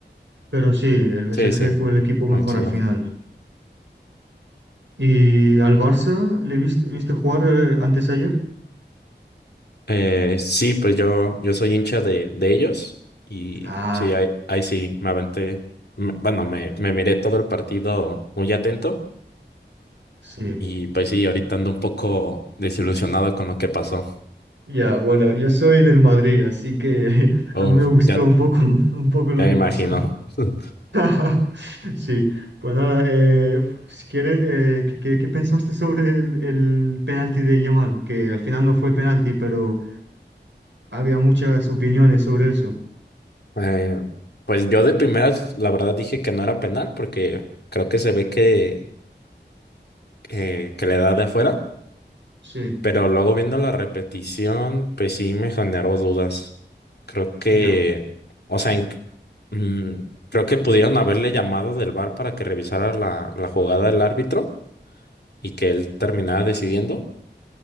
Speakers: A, on the right (about 85°); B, on the left (about 65°).
A: Pero sí, el PSG
B: Sí, sí,
A: fue el equipo mejor
B: coincido.
A: al final. ¿Y al Barça le viste, viste jugar eh, antes ayer?
B: Eh, sí, pues yo, yo soy hincha de, de ellos y
A: Ah,
B: sí, ahí, ahí sí, me aventé, me- bueno, me, me miré todo el partido muy atento
A: sí.
B: y pues sí, ahorita ando un poco desilusionado con lo que pasó.
A: Ya, bueno, yo soy del Madrid, así que <laughs>
B: Uf,
A: a mí me gustó
B: ya,
A: un poco, <laughs> un poco lo
B: ya
A: que
B: me imagino.
A: pasó.
B: <laughs>
A: <laughs> Sí, pues nada, eh, si quieres, eh, ¿qué, qué- qué pensaste sobre el, el penalti de Yamal? Que al final no fue penalti, pero había muchas opiniones sobre eso.
B: Eh, pues yo de primeras, la verdad, dije que no era penal porque creo que se ve que, eh, que le da de afuera,
A: Sí,
B: pero luego viendo la repetición, pues sí me generó dudas. Creo que,
A: ya,
B: o sea, en- mm, creo que pudieron haberle llamado del VAR para que revisara la, la jugada del árbitro y que él terminara decidiendo,